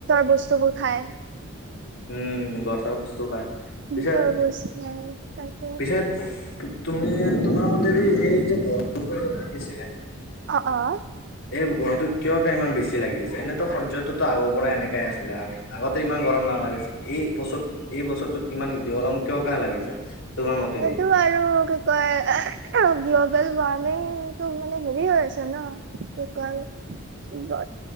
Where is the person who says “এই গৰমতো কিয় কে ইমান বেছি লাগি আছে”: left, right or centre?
Left